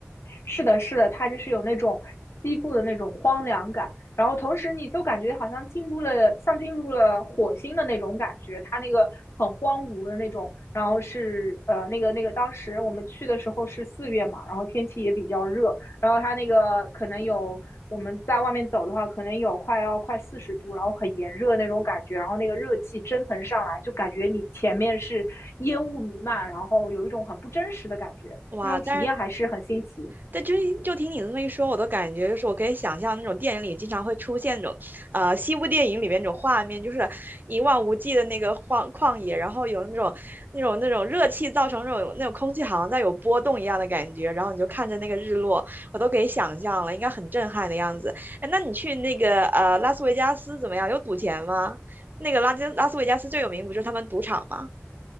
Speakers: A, on the left; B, on the right.
A: 是的，是的，它就是有那种西部的那种荒凉感，然后同时你就感觉好像进入了，像进入了火星的那种感觉，它那个很荒芜的那种，然后是呃那个那个当时我们去的时候是四月嘛，然后天气也比较热，然后它那个可能有。我们在外面走的话，可能有快要快四十度，然后很炎热那种感觉，然后那个热气蒸腾上来，就感觉你前面是烟雾弥漫，然后有一种很不真实的感觉，
B: 哇，
A: 那种体验还是很新奇。
B: 但是对，就就听你这么一说，我都感觉就是我可以想象那种电影里经常会出现那种，呃，西部电影里面那种画面，就是一望无际的那个荒旷野，然后有那种那种那种热气造成那种那种空气好像在有波动一样的感觉，然后你就看着那个日落，我都可以想象了，应该很震撼的样子。哎，那你去那个呃拉斯维加斯怎么样？有赌钱吗？那个拉斯拉斯维加斯最有名不就是他们赌场吗？